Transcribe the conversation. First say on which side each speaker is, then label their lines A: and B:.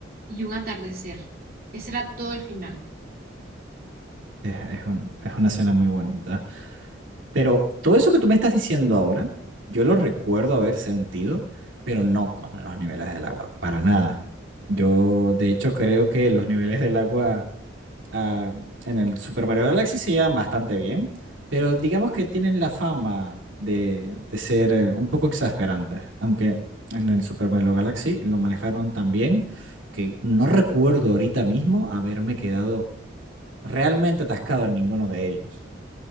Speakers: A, on the right; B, on the right.
A: y un atardecer. Ese era todo el final.
B: Es, es un- es una escena muy bonita. Pero todo eso que tú me estás diciendo ahora, yo lo recuerdo haber sentido, pero no con los niveles del agua, para nada. Yo, de hecho, creo que los niveles del agua ah, en el Super Mario Galaxy se llevan bastante bien, pero digamos que tienen la fama de, de ser eh, un poco exasperantes, aunque en el Super Mario Galaxy lo manejaron tan bien que no recuerdo ahorita mismo haberme quedado realmente atascado en ninguno de ellos.